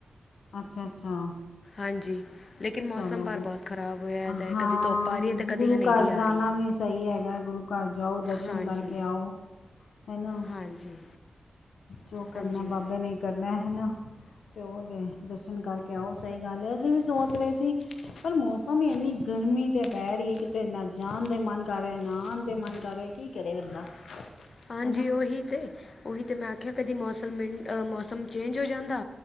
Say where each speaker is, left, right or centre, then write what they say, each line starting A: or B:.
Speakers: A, on the left; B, on the left.
A: ਅੱਛਾ, ਅੱਛਾ
B: ਹਾਂਜੀ। ਲੇਕਿਨ ਮੌਸਮ
A: ਚਲੋ
B: ਬਾਰ ਬਹੁਤ ਖ਼ਰਾਬ ਹੋਇਆ ਦਾ ਹੈ
A: ਹਾਂ
B: ਕਦੀ ਧੁੱਪ ਆ ਰਹੀ ਹੈ ਅਤੇ ਕਦੀ
A: ਗੁਰੂ
B: ਹਨੇਰੀ
A: ਘਰ
B: ਆ
A: ਜਾਣਾ
B: ਰਹੀ ਹੈ
A: ਵੀ ਸਹੀ ਹੈਗਾ ਗੁਰੂ ਗੁਰੂ ਘਰ ਜਾਓ ਦਰਸ਼ਨ
B: ਹਾਂਜੀ
A: ਕਰਕੇ ਆਓ ਹੈਨਾ,
B: ਹਾਂਜੀ
A: ਜੋ ਕਰਨਾ
B: ਹਾਂਜੀ
A: ਬਾਬੇ ਨੇ ਕਰਨਾ ਹਨਾ ਤੇ ਉਹਦੇ ਦਰਸ਼ਨ ਕਰਕੇ ਆਓ ਸਹੀ ਗੱਲ ਹੈ ਅਸੀਂ ਵੀ ਸੋਚ ਰਹੇ ਪਰ ਮੌਸਮ ਹੀ ਇੰਨੀ ਗਰਮੀ ਤੇ ਬੈ ਰਹੀ ਕਿਤੇ ਨਾ ਜਾਣ ਦੇ ਮਨ ਕਰ ਰਿਹਾ ਨਾ ਆਨ ਦੇ ਮਨ ਕਰਹਾ ਕੀ ਕਰੇ ਬੰਦਾ
B: ਹਾਂਜੀ
A: ਹੈ ਨਾ
B: ਓਹੀ ਤੇ ਉਹੀ ਤੇ ਮੈਂ ਆਖਿਆ ਕਦੀ ਮੌਸਮ ਮਿੰਹ ਮੌਸਮ ਚੇਂਜ ਹੋ ਜਾਂਦਾ